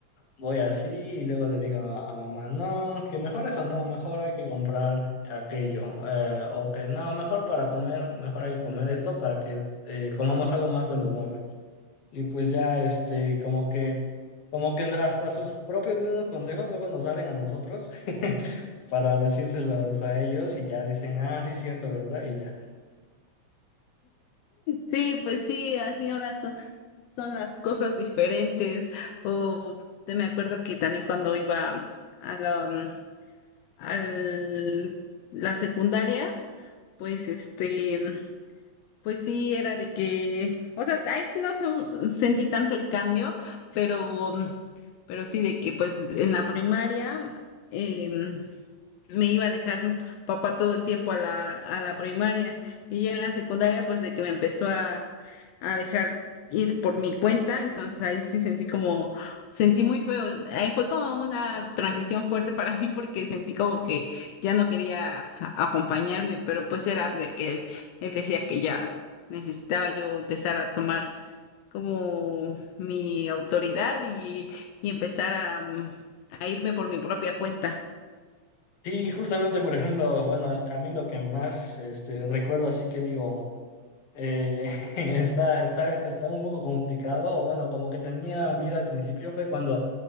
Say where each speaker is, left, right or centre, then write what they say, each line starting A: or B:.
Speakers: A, on the left; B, on the left.
A: voy así y luego le digo a, a mamá, no, que mejor eso no, mejor hay que comprar aquello. eh, o que no, mejor para comer, mejor hay que comer esto para que eh, comamos algo más saludable. y pues ya, este, como que, como que hasta sus propios mismos consejos luego nos salen a nosotros <laughs> para decírselos a ellos y ya dicen, ah, sí, cierto, ¿verdad? Y ya.
B: Sí, pues sí, así ahora son, son las cosas diferentes o te- me acuerdo que también cuando iba a la, mm, al- la secundaria, pues este... Pues sí, era de que, o sea, ahí no so- sentí tanto el cambio, pero, pero sí de que pues en la primaria em, me iba a dejar papá todo el tiempo a la, a la primaria y ya en la secundaria pues de que me empezó a, a dejar ir por mi cuenta, entonces ahí sí sentí como, sentí muy feo, ahí fue como una transición fuerte para mí porque sentí como que ya no quería a- acompañarme, pero pues era de que él, él decía que ya necesitaba yo empezar a tomar como mi autoridad y, y empezar a, mm, a irme por mi propia cuenta.
A: Sí, justamente, por ejemplo, bueno, a mí lo que más, este, recuerdo así que digo, eh, <laughs> está, está, está un poco complicado, o bueno, como que tenía miedo al principio fue cuando